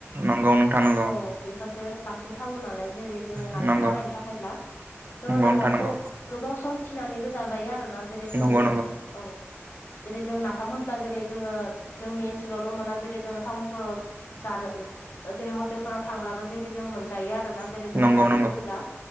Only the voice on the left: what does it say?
औ बेफोरसो बांसिन थावो नालाय जेरै जोङो नाफाम
बानायनो थाखायब्ला जोङो
नाफामखौ
गोबाव सम थिनानैबो जाजायो आरोना जेरै जोङो
औ जेरै जों नाफाम होनब्ला जेरै जोङो जोंनि ओनसोलावल' मोना जेरै जोङो टाउन सहराव जानो ओ जेरै हटेलफोराव थांब्लाबो जेरै जों जायो आरोना जेरै
जों जानो
लुबैब्ला